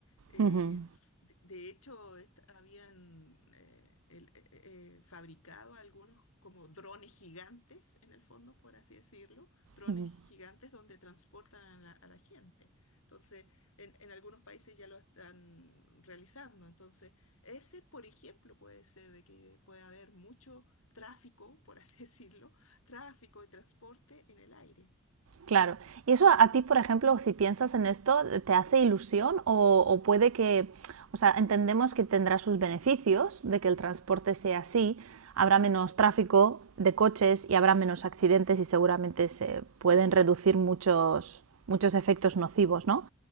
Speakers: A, on the left; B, on the right.
A: eh,
B: Ujú,
A: de de hecho, est- habían eh, el- eh, eh, fabricado algunos como drones gigantes, en el fondo, por así decirlo, drones
B: ujú.
A: gigantes donde transportan a la, a la gente. Entonces, en, en algunos países ya lo están realizando. Entonces, ese, por ejemplo, puede ser de que puede haber mucho tráfico, por así <laughs> decirlo, tráfico de transporte en el aire.
B: Claro. ¿Y eso a ti, por ejemplo, si piensas en esto, te hace ilusión o, o puede que, o sea, entendemos que tendrá sus beneficios de que el transporte sea así, habrá menos tráfico de coches y habrá menos accidentes y seguramente se pueden reducir muchos, muchos efectos nocivos, ¿no?